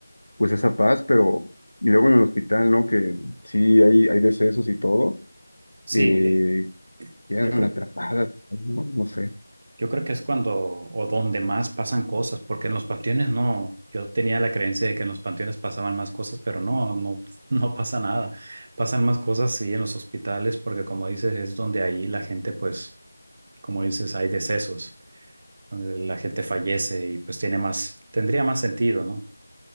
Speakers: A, on the left; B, on the right.
A: pues esa paz, pero y luego en el hospital, ¿no? Que sí hay, hay decesos y todo,
B: Sí,
A: eh, quedan
B: yo creo,
A: atrapadas, no, no sé.
B: Yo creo que es cuando o donde más pasan cosas, porque en los panteones no, yo tenía la creencia de que en los panteones pasaban más cosas, pero no, no, <laughs> no pasa nada. Pasan más cosas sí en los hospitales, porque como dices, es donde ahí la gente, pues, como dices, hay decesos, donde la gente fallece y pues tiene más, tendría más sentido, ¿no?